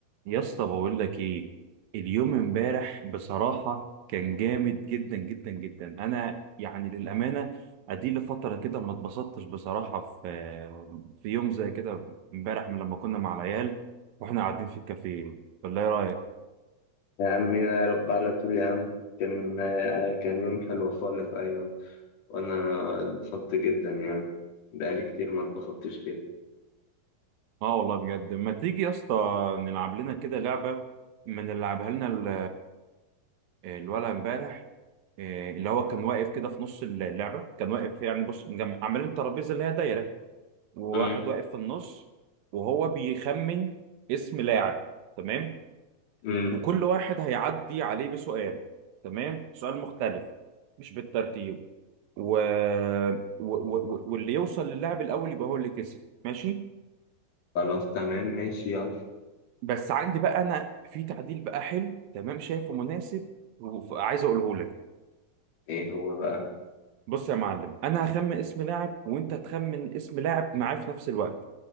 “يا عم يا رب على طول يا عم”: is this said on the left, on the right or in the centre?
Left